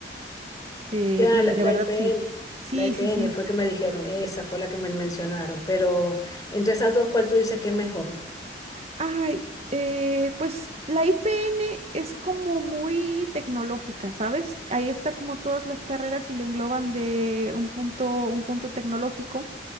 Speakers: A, on the right (about 40°); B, on the left (about 20°).
A: eh,
B: Ya,
A: y
B: la,
A: la
B: la
A: verdad,
B: IPN,
A: sí, sí,
B: la IPN
A: sí, sí.
B: fue que me dijeron, esa fue la que me mencionaron, pero entre esas dos, ¿cuál tú dices que es mejor?
A: Ay, eh, pues la IPN es como muy tecnológica, ¿sabes? Ahí está como todas las carreras y le engloban de un punto, un punto tecnológico.